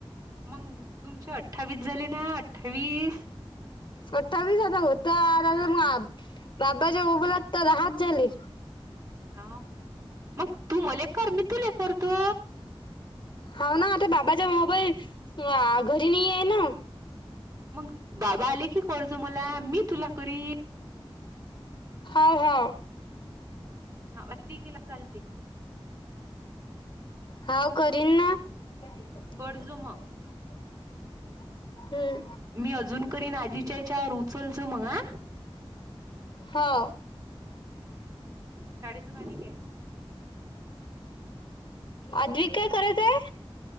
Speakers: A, on the right (about 40°); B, on the left (about 55°).
A: मग तुमचे अठ्ठावीस झाले ना, अठ्ठावीस.
B: सठ्ठावीसाचा होता <unintelligible> माप बाबाच्या मोबाईलातं दहाच झाले.
A: हो, मग तू मले कर, मी तुले करतो.
B: हाऊ न, त बाबा मोबाईल अ घरी नाहीये न,
A: मग बाबा आले की करजो मला. मी तुला करीन.
B: हाव हाव.
A: हा अति केला चालते.
B: हाव करीन ना, <unintelligible>
A: करजो मग
B: हम्म.
A: मी अजून करीन. आजीच्या याच्यावर उचलजो मग आ
B: हो.
A: शाळेतून आली काय?
B: अद्विक काय करत आहे?